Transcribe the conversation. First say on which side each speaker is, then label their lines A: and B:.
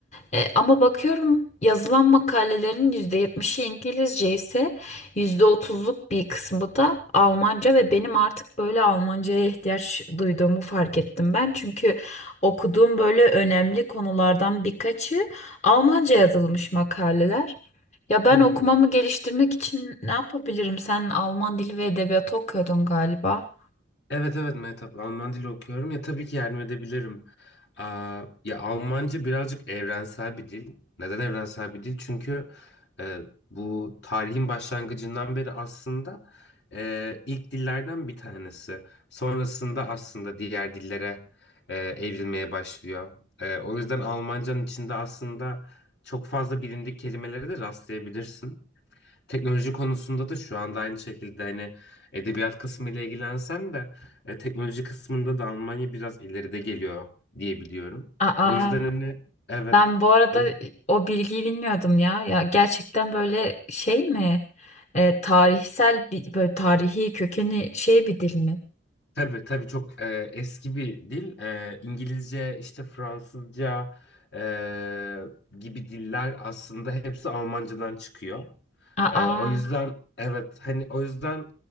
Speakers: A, on the left; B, on the left.
A: Ee, ama bakıyorum yazılan makalelerin %70'i İngilizce ise yüzde otuzluk bir kısmı da Almanca ve benim artık böyle Almanca'ya ihtiyaç duyduğumu fark ettim ben. Çünkü okuduğum böyle önemli konulardan birkaçı Almanca yazılmış makaleler. Ya ben
B: Hı hı.
A: okumamı geliştirmek için ne yapabilirim? Sen Alman dili ve edebiyatı okuyordun galiba.
B: Evet evet Mehtap Alman dili okuyorum ya tabii ki yardım edebilirim. Aa, ya Almanca birazcık evrensel bir dil. Neden evrensel bir dil? Çünkü e, bu tarihin başlangıcından beri aslında e, ilk dillerden bir tanesi. Sonrasında aslında diğer dillere e, evrilmeye başlıyor. E, o yüzden Almanca'nın içinde aslında çok fazla bilindik kelimelere de rastlayabilirsin. Teknoloji konusunda da şu anda aynı şekilde hani edebiyat kısmı ile ilgilensem de e, teknoloji kısmında da Almanya biraz ileride geliyor diye biliyorum.
A: Aa,
B: O yüzden hani evet
A: ben bu arada
B: o
A: o bilgiyi bilmiyordum ya. Ya gerçekten böyle şey mi? E, tarihsel bir böyle tarihi kökeni şey bir dil mi?
B: tabii tabii çok e, eski bir dil. E, İngilizce işte Fransızca e, gibi diller aslında hepsi Almancadan çıkıyor.
A: Aa,
B: Ee, o yüzden evet hani o yüzden